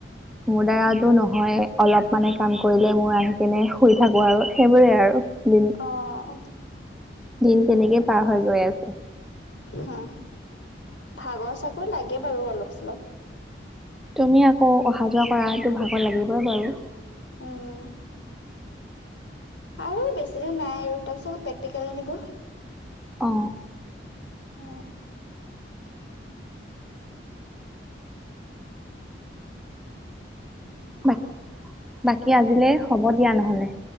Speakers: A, in the centre; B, on the left.
A: মোৰ দ্বাৰাটো নহয় অলপ মানে কাম কৰিলে মোৰ আহি কিনে শুই থাকো আৰু সেইবোৰে আৰু।
B: অহ।
A: দিন দিন তেনেকে পাৰ হৈ গৈ আছে।
B: হম ভাগৰ চাগৰ লাগে বাৰু অলপ চলপ।
A: তুমি আকৌ অহা যোৱা কৰাটো ভাগৰ লাগিবই বাৰু।
B: উম। আৰু বেছি দিন নাই আৰু তাৰপিছত প্ৰেক্টিকেল আনিব।
A: অ।
B: অ।
A: বাক বাকী আজিলে হব দিয়া নহলে।